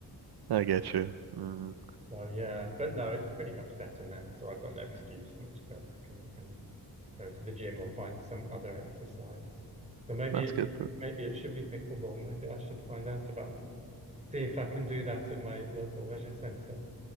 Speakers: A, on the right; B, on the right.
A: I get you. Mm,
B: Well, yeah, but no, it's pretty much better now. So I've got no excuse not to go back and, and go to the gym or find some other exercise. So maybe
A: that's
B: it
A: good.
B: should
A: th-
B: be, maybe it should be pickleball. Maybe I should find out about that. See if I can do that at my local leisure centre.